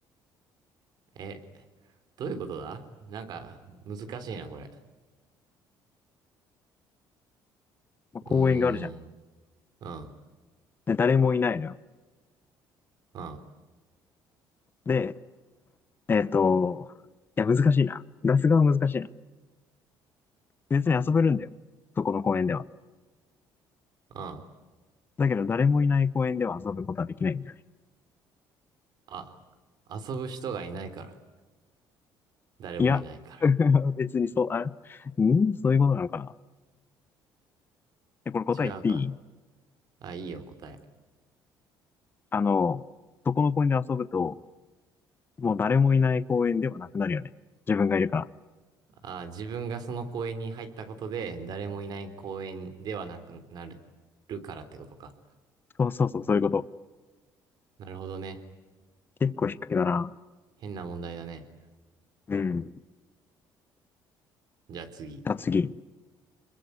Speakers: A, on the right; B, on the left.
A: え、どういうことだなんか、難しいな、これ。
B: まあ、公園があるじゃん。
A: うーん。うん。
B: で、誰もいないのよ。
A: うん。
B: で、えっと、いや、難しいな。出す側は難しいな。別に遊べるんだよ。そこの公園では。
A: うん。
B: だけど、誰もいない公園では遊ぶことはできないんだよね。
A: あ、遊ぶ人がいないから。誰もいないから。
B: いや、<laughs> 別にそう、あ、んそういうことなのかな。え、これ答え言っていい
A: 違うか。あ、いいよ、答え。
B: あの、そこの公園で遊ぶと、もう誰もいない公園ではなくなるよね。自分がいるから。
A: あ、自分がその公園に入ったことで、誰もいない公園ではなくなる、るからってことか。
B: そうそうそう、そういうこと。
A: なるほどね。
B: 結構低いだな。
A: 変な問題だね。
B: うん。じ
A: じゃあ次。
B: ゃあ次。